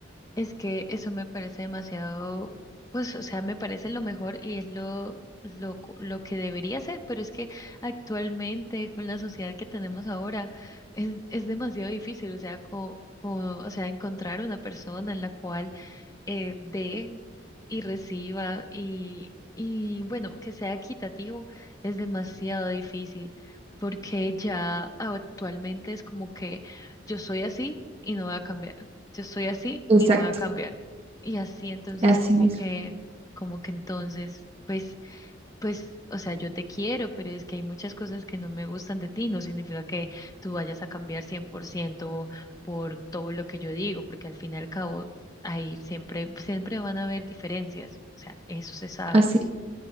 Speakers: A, on the left (about 20°); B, on the right (about 30°).
A: Es que eso me parece demasiado, pues, o sea, me parece lo mejor y es lo, lo, co- lo que debería ser, pero es que actualmente con la sociedad que tenemos ahora es, es demasiado difícil, o sea, co- co- o sea, encontrar una persona en la cual eh, dé y reciba y, y bueno, que sea equitativo es demasiado difícil porque ya actualmente es como que yo soy así y no voy a cambiar, yo soy así
B: Exacto,
A: y no voy a cambiar. Y así entonces
B: así
A: como
B: mismo,
A: que, como que entonces, pues pues, o sea, yo te quiero, pero es que hay muchas cosas que no me gustan de ti. No significa que tú vayas a cambiar 100% por ciento por todo lo que yo digo, porque al fin y al cabo, ahí siempre, siempre van a haber diferencias. O sea, eso se sabe.
B: así,